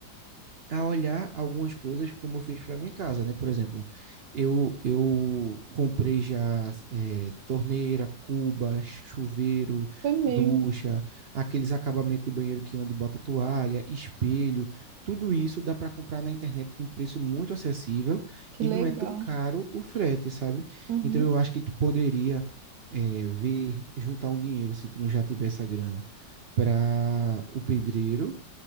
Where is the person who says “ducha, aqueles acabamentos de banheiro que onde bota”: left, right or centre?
Right